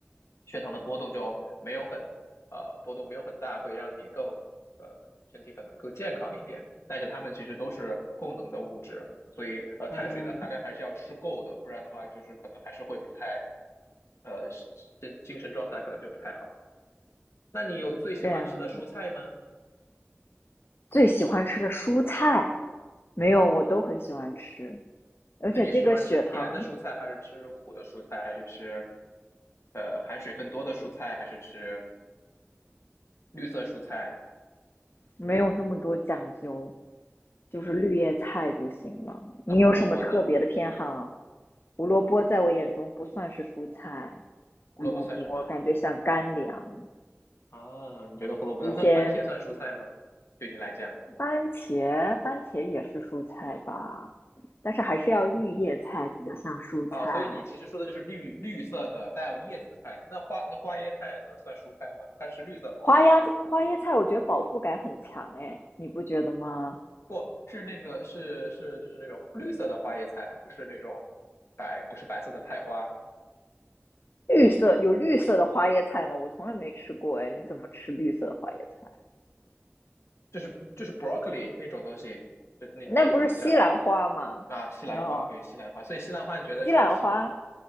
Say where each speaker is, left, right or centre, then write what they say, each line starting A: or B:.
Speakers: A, on the left; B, on the left.
A: 血糖的波动就没有很呃波动没有很大，会让你更呃身体可能更健康一点。但是它们其实都是供能的物质，所以呃碳水的含量还是要吃够的，
B: 嗯，
A: 不然的话就是可能还是会不太呃精精神状态可能就不太好。那你有最喜欢吃的蔬菜吗？
B: 这样最喜欢吃的蔬菜没有，我都很喜欢吃，而且这个血糖
A: 那你喜欢吃甜的蔬菜，还是吃苦的蔬菜，还是吃呃含水分多的蔬菜，还是吃绿色蔬菜？
B: 没有那么多讲究，就是绿叶菜就行了。
A: 那胡萝卜呢？
B: 你有什么特别的偏好？胡萝卜在我眼中不算是蔬菜，
A: 胡萝卜算什么
B: 胡萝卜感觉像干粮。
A: 啊？你觉得胡萝卜算那番茄算蔬菜吗？
B: 一些
A: 对你来讲，
B: 番茄，番茄也是蔬菜吧，但是还是要绿叶菜比较像蔬菜。
A: 啊，所以你其实说的就是绿绿色的带有叶子的菜。那花那花椰菜呢，算蔬菜吗？它是绿色，
B: 花椰花椰菜，我觉得饱腹感很强哎，你不觉得吗？
A: 不是那个是是就是那种绿色的花椰菜，它不是那种白不是白色的菜花，
B: 绿色有绿色的花椰菜吗？我从来没吃过哎，你怎么吃绿色的花椰菜？
A: 就是就是 broccoli 那种东西，这那你怎怎么叫？
B: 那不是西兰花吗？
A: 啊，西兰花，
B: 哦，
A: 对，西兰花，所以西兰花你觉得是西
B: 西兰花，